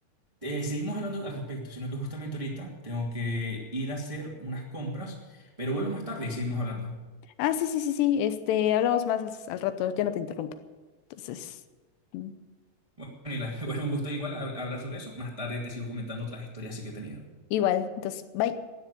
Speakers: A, on the right (about 15°); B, on the left (about 85°).
A: eh, seguimos hablando al respecto, sino que justamente ahorita tengo que ir a hacer unas compras, pero vuelvo más tarde y seguimos hablando.
B: Ah, sí, sí, sí, sí. Este, hablamos más al rato, ya no te interrumpo. Entonces, mm,
A: Bueno, y la- <laughs> bueno, un gusto igual hab- hablar sobre eso. Más tarde te sigo comentando otras historias sí que he tenido.
B: igual. Entonces, bye.